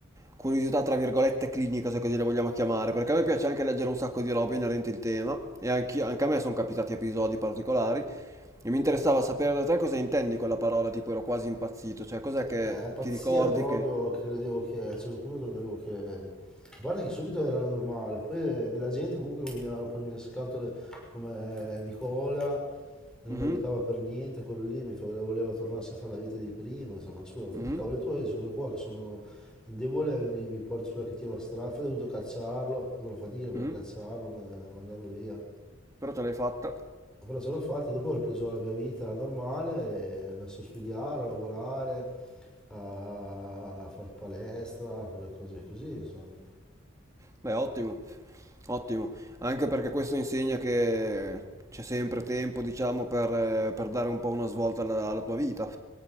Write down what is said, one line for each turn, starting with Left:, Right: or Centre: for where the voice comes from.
Right: curiosità tra virgolette clinica, se così la vogliamo chiamare, perché a me piace anche leggere un sacco di robe inerenti il tema, e anch'io- anche a me sono capitati episodi particolari, e mi interessava sapere da te cosa intendi con la parola, tipo ero quasi impazzito, cioè cos'è che
Centre: Eh, pazzia
Right: ti ricordi
Centre: proprio,
Right: che...
Centre: credevo che a un certo punto credevo che... Guarda che subito era normale, poi della gente comunque che veniva a rompermi le scatole come Nicola, non
Right: Mhm,
Centre: mi aiutava per niente, quello lì mi fa- voleva tornarsi a fare la vita di prima, insomma, scusa, fatti
Right: mhm,
Centre: i cavoli tuoi, io sono qua che sono indebole, mi, mi porti sulla cattiva strada, infatti ho dovuto cacciarlo, ho fatto una fatica per
Right: mhm,
Centre: cacciarlo, ma- mandarlo via,
Right: però ce l'hai fatta.
Centre: però ce l'ho fatta, dopo ho ripreso la mia vita normale, e ho messo a studiare, a lavorare, a fare palestra, a fare cose così, insomma.
Right: Beh, ottimo, ottimo, anche perché questo insegna che c'è sempre tempo, diciamo, per, eh, per dare un po' una svolta alla, alla tua vita,